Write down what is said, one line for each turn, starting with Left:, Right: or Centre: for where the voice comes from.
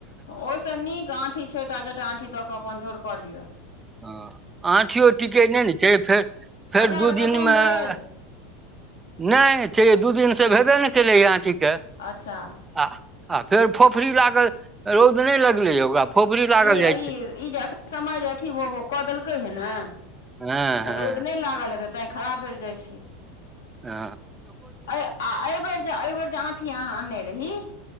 Left: ओय से नीक आँठी छै त चारटा आँठी दऽ कऽ अपन झोर कऽ लिआ।
Right: हां आँठियौ टिकै नै-नै छै फेर-फेर
Left: कटहर
Right: दू
Left: खतम
Right: दिनमे
Left: भेल
Right: अ नै छै दू दिन से भेबै नै केलय यै आँठी कै
Left: अच्छा।
Right: आ-आ फेर फोफड़ी लागल रौद नै लगलै यै ओकरा फोफड़ी
Left: ई
Right: लागल जाय छै।
Left: ई जे ऐखन समय जे अथी वो-वो कऽ देलकै हें नै
Right: हँ
Left: तऽ
Right: हँ
Left: रौद नै लागल हेते तैं खराब भेल जाए छै।
Right: हां।
Left: ऐ आ एबेर जे एबेर जे आंठि अहाँ आनने रही